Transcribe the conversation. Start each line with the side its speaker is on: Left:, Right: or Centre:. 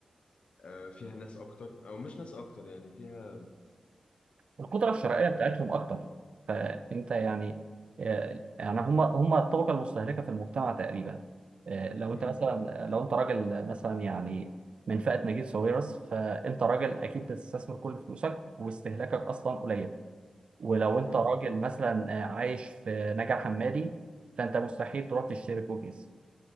Left: آه، فيها ناس اكتر او مش ناس اكتر يعني فيها
Right: القدرة الشرائية
Left: آه،
Right: بتاعتهم أكتر فأنت يعني آه، يعني هم هم الطبقة المستهلكة في المجتمع تقريبا آه، لو
Left: امم
Right: أنت مثلا لو أنت راجل مثلا يعني من فئة نجيب ساويرس فأنت راجل أكيد بتستثمر كل فلوسك واستهلاكك أصلا قليل ولو أنت
Left: امم
Right: راجل مثلا آه، عايش في نجع حمادي فأنت مستحيل تروح تشتري كوكيز